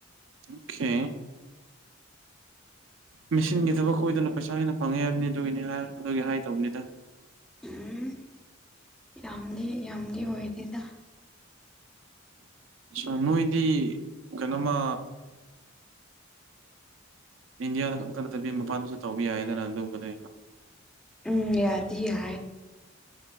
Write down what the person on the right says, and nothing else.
ꯑꯣꯀꯦ ꯃꯦꯁꯤꯤꯟꯒꯤ ꯊꯕꯛ ꯀꯣꯏꯗꯅ ꯄꯩꯁꯥ ꯍꯦꯟꯅ ꯐꯪꯉꯦ ꯍꯥꯏꯕꯅꯤ ꯑꯗꯨꯒꯤꯅꯤ ꯍꯥꯏ ꯑꯗꯨꯒꯤ ꯍꯥꯏ ꯇꯧꯕꯅꯤꯗ
ꯑ ꯅꯣꯏꯗꯤ ꯀꯩꯅꯣꯃ ꯏꯟꯗꯤꯌꯥꯗ ꯈꯛꯇ ꯅꯠꯇꯕꯤ ꯃꯄꯥꯟꯗꯁꯨ ꯇꯧꯕ ꯌꯥꯏꯗꯅ ꯑꯗꯨꯒꯨꯝꯕꯗ